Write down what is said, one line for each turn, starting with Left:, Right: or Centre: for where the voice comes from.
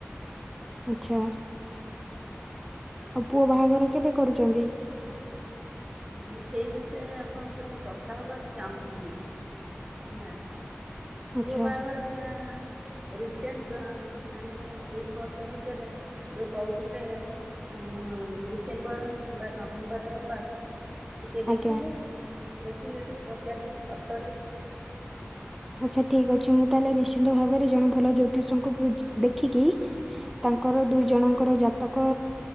Centre: ଆଚ୍ଛା। ଆଉ ପୁଅ ବାହାଘର କେବେ କରୁଛନ୍ତି?
Right: ମୁଁ ସେଇ ବିଷୟରେ ଆପଣଙ୍କ ସହିତ କଥା ହବାକୁ ଚାହୁଁଥିଲି? ନା
Centre: ଆଚ୍ଛା
Right: ପୁଅ ବାହାଘରଟା ରିସେଣ୍ଟ୍ ମାନେ ଏଇ ବର୍ଷ ଭିତରେ ଯୋଉ କଉ ଥିଲେ ଉଁ ଡିସେମ୍ବର କିମ୍ବା ନଭେମ୍ବର ରେ ହବାର୍ ଟିକେ ଦେଖିଲେ
Centre: ଆଜ୍ଞା।
Right: ଦେଖିଲେ ଟିକେ ପଚାରିଲେ ସତରେ
Centre: ଆଚ୍ଛା ଠିକ ଅଛି ମୁଁ ତାହେଲେ ନିଶ୍ଚିନ୍ତ ଭାବରେ ଜଣେ ଭଲ ଜ୍ୟୋତିଷଙ୍କୁ ବୁଝି ଦେଖିକି ତାଙ୍କର ଦୁଇ ଜଣଙ୍କର ଯାତକ